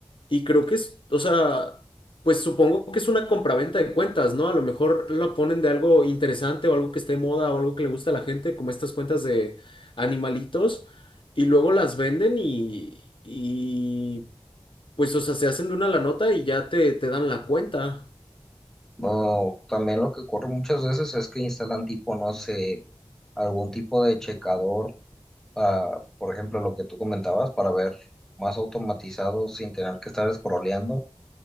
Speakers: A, on the left (about 65°); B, in the centre.
A: Y creo que es, o sea, pues supongo que es una compraventa de cuentas, ¿no? A lo mejor lo ponen de algo interesante o algo que esté de moda o algo que le gusta a la gente, como estas cuentas de animalitos, y luego las venden y, y pues, o sea, se hacen de una la nota y ya te, te dan la cuenta.
B: No, también lo que ocurre muchas veces es que instalan tipo, no sé, algún tipo de checador, ah, por ejemplo, lo que tú comentabas, para ver más automatizado sin tener que estar scrolleando,